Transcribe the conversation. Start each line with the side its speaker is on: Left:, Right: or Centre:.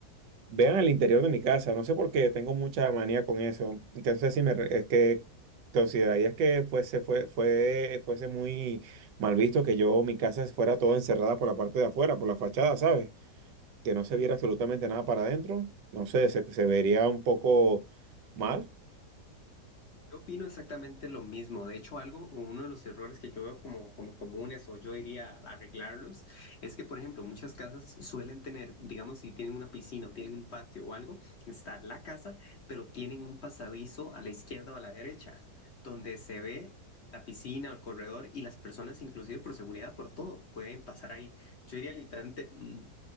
Right: vean el interior de mi casa. No sé por qué, tengo mucha manía con eso. Entonces, si me, re- es que considerarías que fuese, fue, fue, fuese muy mal visto que yo, mi casa fuera toda encerrada por la parte de afuera, por la fachada, ¿sabes? Que no se viera absolutamente nada para adentro. No sé, se, se vería un poco mal.
Left: Yo opino exactamente lo mismo. De hecho, algo, uno de los errores que yo veo como, como comunes o yo diría arreglarlos, es que, por ejemplo, muchas casas suelen tener, digamos, si tienen una piscina o tienen un patio o algo, está la casa, pero tienen un pasadizo a la izquierda o a la derecha, donde se ve la piscina o el corredor y las personas, inclusive por seguridad, por todo, pueden pasar ahí. Yo diría literalmente, mm,